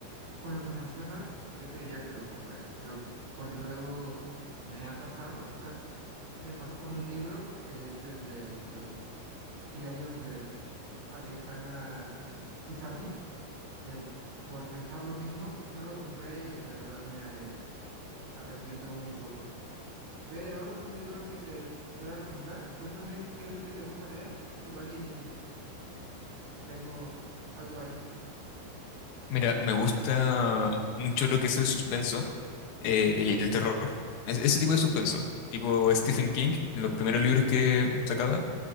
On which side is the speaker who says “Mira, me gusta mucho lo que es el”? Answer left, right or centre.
Left